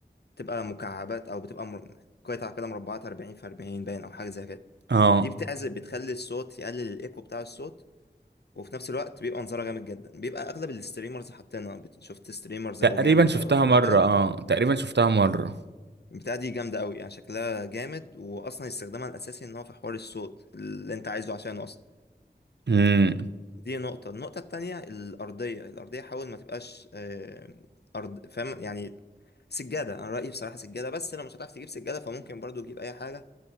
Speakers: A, on the left; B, on the right.
A: بتبقى مكعبات او بتبقى مر... قطع كده مربعات 40 في 40 باين او حاجة زي كده
B: اه
A: دي بتعزل بتخلي الصوت يقلل الايكو بتاع الصوت وفي نفس الوقت بيبقى منظرها جامد جدا بيبقى اغلب الستريمرز حاطينها بت- شفت ستريمرز
B: تقريبا
A: او جيمرز
B: شفتها
A: او قبل
B: مرة
A: كده
B: اه تقريبا شفتها مرة
A: البتاعة دي جامدة قوي يعني شكلها جامد واصلا استخدامها الاساسي ان هو في حوار الصوت اللي انت عايزه عشانه اصلا
B: امم
A: دي نقطة النقطة التانية الأرضية الأرضية حاول ما تبقاش آه، أرض فاهم يعني سجادة أنا رأيي بصراحة سجادة بس لو مش هتعرف تجيب سجادة فممكن برضو تجيب أي حاجة